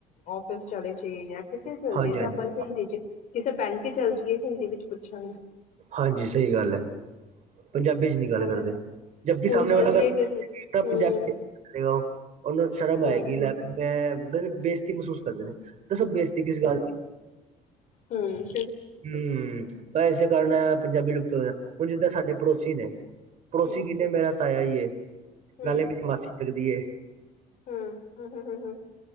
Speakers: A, on the left; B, on the right.
A: ਆਫਿਸ ਚਲੇ ਜਾਈਏ ਜਾਂ ਕਿਸੇ ਚੱਲ
B: ਹਾਂਜੀ
A: ਜਾਈਏ ਤੇ
B: ਹਾਂਜੀ
A: ਆਪਾਂ ਹਿੰਦੀ ਚ ਕਿਸੇ ਬੈਂਕ ਚ ਚੱਲ ਜਾਈਏ। ਇਹ ਵਿੱਚ ਪੁੱਛਾਂਗੇ
B: ਹਾਂਜੀ ਸਹੀ ਗੱਲ ਹੈ ਪੰਜਾਬੀ ਚ ਨੀ ਗੱਲ
A: ਹਨਾ
B: ਕਰਦੇ ਜਬਕਿ
A: ਸਕੂਲ
B: ਸਾਹਮਣੇ
A: ਚੱਲ
B: ਵਾਲਾ
A: ਜਾਈਏ ਕਿਸੇ ਹੂੰ
B: ਪੰਜਾਬੀ ਕਰ ਰਹੇ ਉਹ। ਉਹਨੂੰ ਸ਼ਰਮ
A: ਹੂੰ
B: ਆਏਗੀ ਮੈਂ ਬੇਇਜਤੀ ਮਹਿਸੂਸ ਕਰਦੇ ਨੇ ਦੱਸੋ ਬੇਇਜਤੀ ਕਿਸ ਗੱਲ ਦੀ?
A: ਹਮ
B: ਹਮ ਤਾਂ ਇਸੇ ਕਾਰਨ ਪੰਜਾਬੀ ਲੁਪਤ ਹੋ ਹੁਣ ਜਿੱਦਾਂ ਸਾਡੇ <unintelligible> ਨੇ। ਪੜੋਸੀ
A: ਹੂੰ
B: ਕਿੰਨੇ ਮੇਰਾ ਤਾਇਆ
A: ਹੂੰ
B: ਨਾਲੇ ਮੇਰੀ ਮਾਸੀ ਲਗਦੀ ਏ।
A: ਹੂੰ ਹੂੰ ਹੂੰ ਹੂੰ ਹੂੰ